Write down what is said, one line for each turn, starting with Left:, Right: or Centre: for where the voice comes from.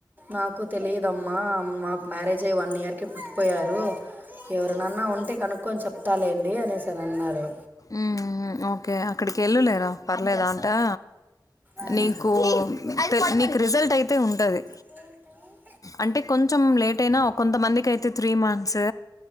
Right: నాకు తెలియదమ్మా మాకు మ్యారేజైయి వన్ ఇయర్కి పోయారు ఎవరినన్నా ఉంటే కనుక్కొని చెప్తాలెండి అనేసిని అన్నారు
Left: ఉ ఉ ఓకే అక్కడికి వెళ్ళులేరా పర్లేడాటా
Right: ఉమ్,
Left: నీకు పే నీకు రిజల్ట్ అయితే ఉండాది
Right: స
Left: అంటే కొంచెం లేట్ అయినా కొంతమందికైతే త్రీ మంత్స్